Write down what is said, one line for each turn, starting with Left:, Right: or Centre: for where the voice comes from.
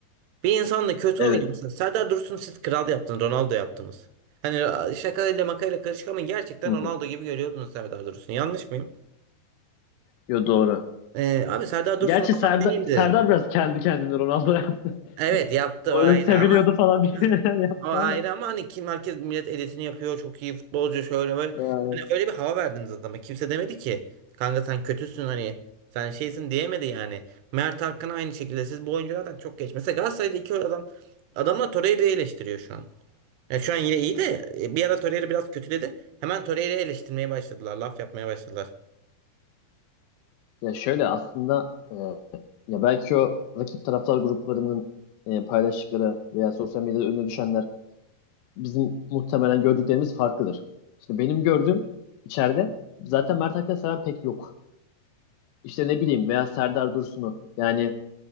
Right: Bir insanla kötü
Left: Evet.
Right: oynuyorsun. Serdar Dursun'u siz kral yaptınız. Ronaldo yaptınız. Hani şakayla makayla karışık ama gerçekten
Left: Hı hı.
Right: Ronaldo gibi görüyordunuz Serdar Dursun'u. Yanlış mıyım?
Left: Yo doğru.
Right: Ee, abi Serdar Dursun
Left: Gerçi
Right: oradan
Left: Serdar,
Right: değildi.
Left: Serdar biraz kendi kendine Ronaldo yaptı.
Right: Evet yaptı
Left: <laughs> Öyle
Right: aynı
Left: seviniyordu
Right: ama
Left: falan bir şeyler yaptı
Right: Hava ayrı
Left: ama.
Right: ama hani kim herkes millet editini yapıyor çok iyi futbolcu şöyle böyle.
Left: Ee,
Right: Hani öyle bir hava verdiniz adama. Kimse demedi ki kanka sen kötüsün hani sen şeysin diyemedi yani. Mert Hakan aynı şekilde siz bu oyunculardan çok geç. Mesela Galatasaray'da iki adam adamlar Torreira'yı eleştiriyor şu an. Yani şu an yine iyi de e, bir ara Torreira biraz kötüledi. Hemen Torreira'yı eleştirmeye başladılar. Laf yapmaya başladılar.
Left: Ya şöyle aslında e, ya belki o rakip taraftar gruplarının e, paylaştıkları veya sosyal medyada önüne düşenler bizim muhtemelen gördüklerimiz farklıdır. Şimdi benim gördüğüm içeride zaten Mert Hakan seven pek yok. İşte ne bileyim veya Serdar Dursun'u yani